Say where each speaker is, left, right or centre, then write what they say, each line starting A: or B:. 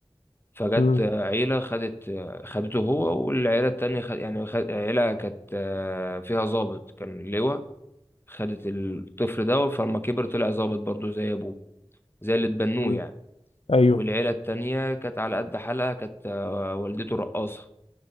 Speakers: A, on the left (about 25°); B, on the left (about 85°).
A: فجت
B: مم،
A: عيلة خدت خدته هو والعيلة التانية خد يعني خد عيلة كانت آه، فيها ضابط كان لواء خدت الطفل ده فلما كبر طلع ضابط برضه زي أبوه زي اللي اتبنوه
B: مم.
A: يعني
B: ايوه
A: والعيلة التانية كانت على قد حالها كانت آه، والدته رقاصة